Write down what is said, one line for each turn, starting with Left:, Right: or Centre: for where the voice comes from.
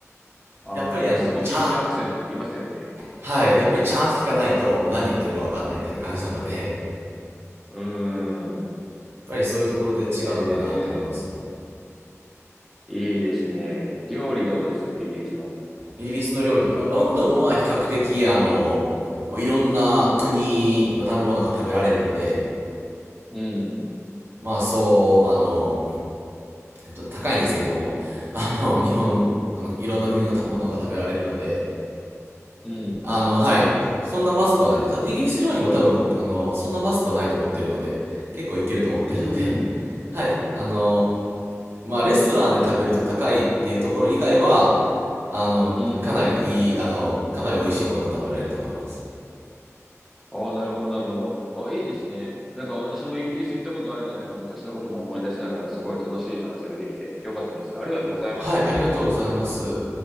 Centre: ああ、
Right: やっぱりあの、
Centre: なんかスコティッシュアクセントって言いますよね。
Right: ちゃんと、はい、やっぱりちゃんと聞かないと、もう何言ってるかわかんないみたいな感じなので、
Centre: うーん。
Right: やっぱりそういうところで違うのかなって思いますね。
Centre: ええ、いいですね。料理どうですイギリスの。
Right: イギリスの料理、もうロンドンは比較的、あの、もういろんな国の食べ物が食べられるので、
Centre: うん、
Right: まあそう、あの、っ高いんですけれども、あの、<laughs> 日本の、
Centre: うん、
Right: あの、いろんな国のたものが食べられるので、
Centre: うん。
Right: あの、はい。そんなまずくはないです。あと、イギリス料理も多分僕、あの、そんなまずくはないと思ってるので、結構いけると思ってるので、
Centre: うんうん。
Right: <laughs> はい。あの、まあ、レストランで食べると高いっていうところ以外は、あの、
Centre: うん。
Right: かなりいい、あの、かなり美味しいものが食べられると思います。
Centre: ああ、なるほど、なるほど。あ、いいですね。なんか私もイギリス行ったことあるのに、なんか昔のことも思い出しながら、すごい楽しい話ができてよかったです。ありがとうございます。
Right: はい、ありがとうございます。